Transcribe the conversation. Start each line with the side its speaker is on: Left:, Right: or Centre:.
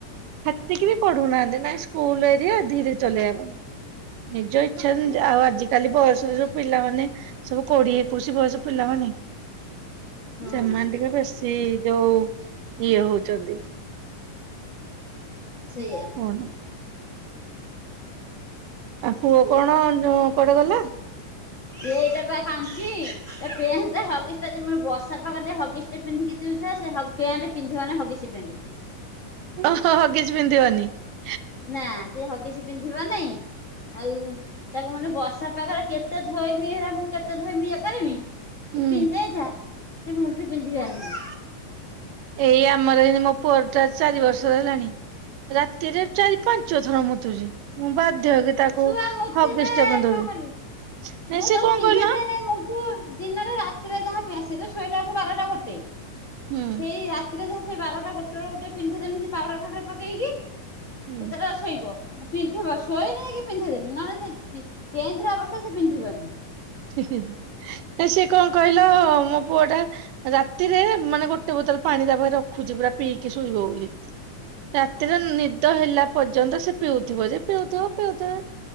Right: ସେତିକି ବି ପଢୁନାହାନ୍ତି ନାଇ ସ୍କୁଲ ଏରିଆ ଧିରେ ଚଲେଇବା ପାଇଁ ନିଜ ଇ ସେ ଜନ ଆଉ ଆଜିିକାଲି ବୟସରେ ଯୋଉ ପିଲାମାନେ ସବୁ କୋଡିଏ ଏକୋଇଶି ବୟସ ପିଲାମାନେ
Left: ହଁ
Right: ସେମାନେ ଟିକେ ବେଶୀ ହିଁ ଯୋଉ ଇଏ ହଉଛନ୍ତି।
Left: ସେଇଆ <unintelligible>
Right: କଣ ପୁଅ କଣ ଯୋଉ କୁଆଡେ ଗଲା <unintelligible>
Left: ଏ ଏଇଟା ପା କାନ୍ଦୁଛି ଏ ପେଣ୍ଟ ହଗିସ୍ ଟା ଯେ ମୁଁ ବସ୍ ଛାପା ବାଟେ ହଗିସ୍ ଟେ ପିନ୍ଧିକି ଯୋଉ ଛୁଆ ସେ ହ ପେଣ୍ଟ ପିନ୍ଧିବନି ହଗିସ୍ ପେଣ୍ଟ
Right: ଓହୋ ହ କିଛି ପିନ୍ଧି <unintelligible>
Left: ନା ସେ ହଗିସ୍ ପିନ୍ଧିବ ନେଇଁ ଆଉ ତାକୁ ମାନେ ବର୍ଷା ପାାଗରେ କେତେ ଧୋଇମି଼ ହେଗୁରା ମୁଁ କେତେ ଧୋଇମି଼ ଇଏ କରିବି। ସେ
Right: ହୁଁ।
Left: ପିନ୍ଧି ଦେଇଥା ସେ ମୁଲୁରୁ ପିନ୍ଧି ଜାଣିନି।
Right: ଏଇ ଆମର ଏ ମୋ ପୁଅର ଟା ଚାରି ବର୍ଷର ହେଲାଣି। ରାତିରେ ଚାରି ପାଞ୍ଚଥର ମତୁଛି। ମୁଁ ବାଧ୍ୟ ହେଇକି ତାକୁ
Left: ଆଉ ଛୁଆ ମୂର୍ତ୍ତି
Right: ହଗିସ୍
Left: ବେ
Right: ଟେ ପିନ୍ଧଉନି
Left: କଣ କରିବି
Right: ନାଇ ସିଏ
Left: ତାକୁ
Right: କଣ
Left: ପିନ୍ଧେଇ
Right: କହିଲ।
Left: ଦିଏନି ମୁଲଠୁ ମୁଁ ଦିନରେ ରାତିରେ ଯାହା ଫେସ ସେତ ଶୋଇଲାକୁ ବାରଟା ଗୋଟେ
Right: ହୁଁ
Left: ସେଇ ରା ରାତିରେ ଯାହା ସେ ବାରଟା ଗୋଟେ ବେଳକୁ ଗୋଟେ ପିନ୍ଧେଇ ଦେବି ସେ ପାଉଡର ଫାଉଡର ପକେଇକି ସେ
Right: ହୁଁ
Left: ତାର ଶୋଇବ। ପିନ୍ଧିବ ଶୋଇ ରହିକି ପିନ୍ଧେଇ ଦେବି ନହେଲେ ସେ ଚେ -ଚେଉଁ ଥିବା ଅବସ୍ଥା ରେ ସେ ପିନ୍ଧିବନି।
Right: <unintelligible> ନା ସିଏ କଣ କହିଲ ହ ମୋ ପୁଅ ଟା ରାତିରେ ମାନେ ଗୋଟେ ବୋତଲ ପାଣି ତା ପାଖରେ ରଖୁଛି ପୁରା ପିଇକି ଶୋଇବ ବୋଲି। ରାତିରେ ନିଦ ହେଲା ପର୍ଯ୍ୟନ୍ତ ସେ ପିଉଥିବ ଯେ ପିଉଥିବ ପିଉଥିବ।